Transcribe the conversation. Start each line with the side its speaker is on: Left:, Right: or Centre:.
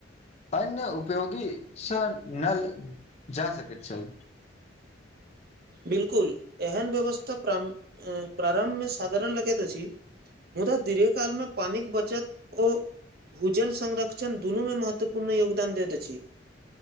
Left: अन्य उपयोगी स न जा सक छै
Right: बिल्कुल एहन व्यवस्था प्रारम्भमे साधारण लगैत अछि मुदा दीर्घकालमे पानिके बचत ओ भूजल संरक्षण दुनूमे महत्वपूर्ण योगदान दैत अछि